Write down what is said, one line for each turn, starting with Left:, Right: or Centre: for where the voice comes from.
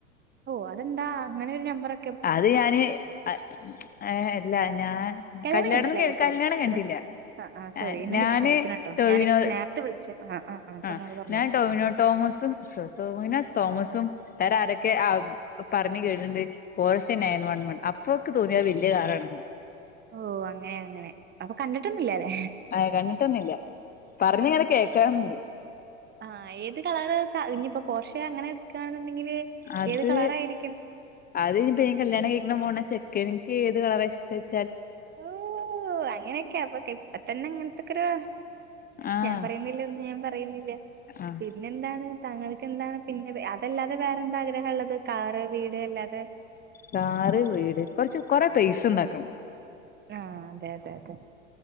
Right: ഓഹ് അതെന്താ അങ്ങനൊരു നമ്പറൊ
Left: അത് ഞാന് അ ഏഹ് ല്ല നാൻ
Right: കല്യാണം
Left: കല്യാണൊന്നും
Right: കഴിഞ്ഞിട്ടില്ലല്ലേ?
Left: കെ
Right: സോറി.
Left: കല്യാണം കഴിഞ്ഞിട്ടില്ല.
Right: സർ ആ ആ സോറി
Left: എ
Right: എന്നോട്
Left: നാന്
Right: ക്ഷമിക്കണംട്ടോ.
Left: ടൊവിനോ
Right: ഞാന് നേരത്തെ വിളിച്ച് ആ ആ ആ
Left: ആഹ്
Right: പറഞ്ഞോളൂ പറഞ്ഞോളൂ.
Left: ഞാൻ ടൊവിനോ ടോമസുംസോ ടൊവിനോ തോമസും തേര ആരൊക്കെ ആ പറഞ് കേട്ട്ണ്ട് പോറസന്നേയൻ ആയ വൺ വൺ അപ്പൊക് തോന്നിയത് വല്യയ കാറാണെന്ന്
Right: ഓഹ് അങ്ങനെ അങ്ങനെ അപൊ കണ്ടിട്ടൊന്നില്ലലെ.
Left: ഏ കണ്ടിട്ടൊന്നില്ല പറഞ്ഞിങ്ങനെ കേക്കാറുണ്ട്
Right: ആഹ് ഏത് കളറ് ക ഇഞിപൊ പോർഷെ അങ്ങനെ എടുക്കുകയാണെന്നുണ്ടെങ്കില്
Left: അത്
Right: ഏത് കളറായിരിക്കും?
Left: അത് ഇനിയിപ്പ ഞാൻ കല്യാണം കഴിക്കണ പോണ ചെക്കന് ക്കേത് കളറാ ഇഷ്ടച്
Right: ഓഹ് അങ്ങനെയൊക്കെ അപ്പൊ കി ഇപ്പ തന്നെ ഇങ്ങൻത്തൊക്കൊരു
Left: ആഹ്
Right: ഞാൻ പറയുന്നില്ല ഒന്നും, ഞാൻ പറയുന്നില്ല
Left: ആഹ്
Right: പിന്നെന്താണ് താങ്കൾക്ക് എന്താണ് പിന്നെ വെ അതല്ലാതെ വേറെന്താഗ്രഹാള്ളത് കാറ് വീട് അല്ലാതെ. തെഹ്
Left: കാറ് വീട് കൊറച്ച് കൊറെ പൈസ്സണ്ടാക്കണം
Right: ആഹ് അതെ അതെ അതെ